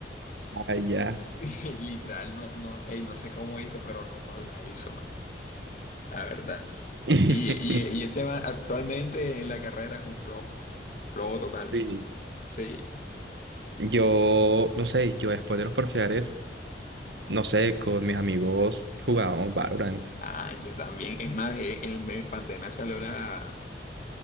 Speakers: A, on the right; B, on the left.
A: Ah, ya.
B: <laughs> Literal, no, no, ey, no sé cómo hizo, pero no, no la hizo, man, la verdad.
A: <laughs>
B: Y, y, y ese man actualmente en la carrera es un flojo, flojo total.
A: Sí.
B: Sí.
A: Yo, no sé, yo después de los parciales. no sé, con mis amigos jugábamos Valorant.
B: Ah, yo también. Es más, eh, en, en pandemia salió la,